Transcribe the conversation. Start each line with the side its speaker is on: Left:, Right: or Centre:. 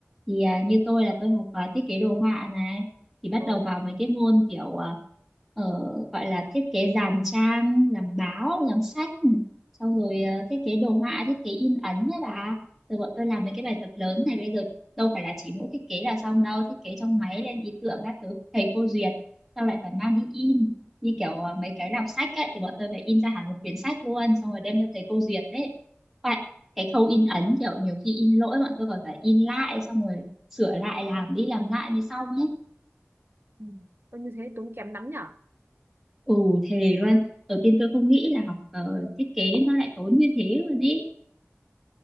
Centre: thì à, như tôi là tôi học à, thiết kế đồ họa này thì bắt
Right: ừ
Centre: đầu vào mấy cái môn kiểu à, ờ, gọi là thiết kế dàn trang làm báo làm sách xong rồi ờ, thiết kế đồ họa thiết kế in ấn đấy bà rồi bọn tôi làm mấy cái bài tập lớn này bây giờ đâu phải là chỉ mỗi thiết kế là xong đâu thiết kế trong máy lên ý tưởng các thứ thầy cô duyệt xong lại phải mang đi in như kiểu à, mấy cái làm sách ấy, thì bọn tôi phải in ra hẳn một quyển sách luôn xong rồi đem cho thầy cô duyệt đấy phải, cái khâu in ấn kiểu nhiều khi in lỗi bọn tôi còn phải in lại xong rồi sửa lại làm đi làm lại mới xong ấy
Right: Ừ. Ôi, như thế tốn kém lắm nhở
Centre: ừ thề luôn đầu tiên tôi không nghĩ là học ờ, thiết kế nó lại tốn như thế luôn ấy